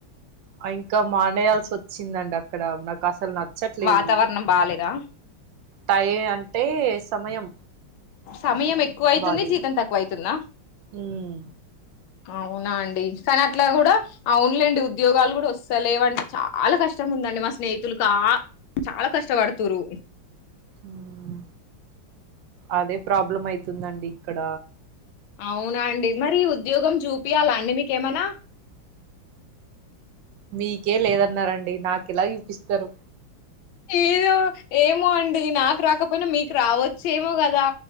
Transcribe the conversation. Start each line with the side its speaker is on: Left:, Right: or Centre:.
Right: ఆ ఇంకా మానేయాల్సి వచ్చిందండి అక్కడ నాకు అసలు నచ్చట్లేదు
Left: వాతావరణం బాలేదా
Right: టై అంటే సమయం
Left: సమయం ఎక్కువ అయితుంది
Right: బాలేదు
Left: జీతం తక్కువ అయితుందా
Right: ఉమ్
Left: అవునా అండి కానీ అట్లా కూడా అవునులేండి ఉద్యోగాలు కూడా వస్తాలేవంటే చాలా కష్టం ఉంది నన్ని మా స్నేహితులు కా చాలా కష్టపడుతుర్రు
Right: ఉమ్ అదే ప్రాబ్లం అయితుందండి ఇక్కడ
Left: అవునా అండి మరి ఉద్యోగం చూపియాలా అండి మీకేమనా
Right: మీకే లేదన్నారండి నాకెలా చూపిస్తారు
Left: ఏదో ఏమో అండి నాకు రాక పోయినా మీకు రావచ్చేమో కదా